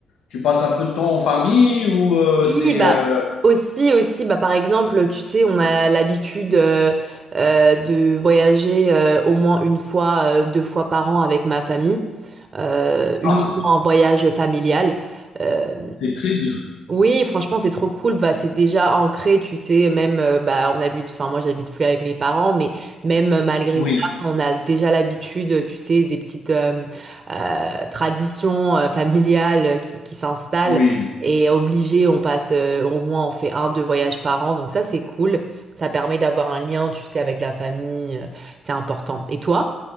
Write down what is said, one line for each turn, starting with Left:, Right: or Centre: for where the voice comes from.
Left: tu passes un peu de temps en famille ou euh, c'est...
Right: Oui, bah
Left: euh,
Right: aussi, aussi, bah par exemple, tu sais, on a l'habitude euh, euh, de voyager euh, au moins une fois, euh, deux fois par an avec ma famille, euh, uniquement
Left: Ah, c'est
Right: en voyage familial. Euh,
Left: c'est très bien.
Right: oui, franchement, c'est trop cool. Bah, c'est déjà ancré, tu sais. Même, euh, bah, on habite. Enfin, moi, j'habite plus avec mes parents, mais même euh, malgré
Left: Oui,
Right: ça, on a déjà l'habitude, tu sais, des petites euh, euh, traditions euh, familiales euh, qui, qui s'installent.
Left: oui,
Right: Et obligé, on passe euh, au moins, on fait un, deux voyages par an. Donc ça, c'est cool. Ça permet d'avoir un lien, tu sais, avec la famille. euh, C'est important. Et toi?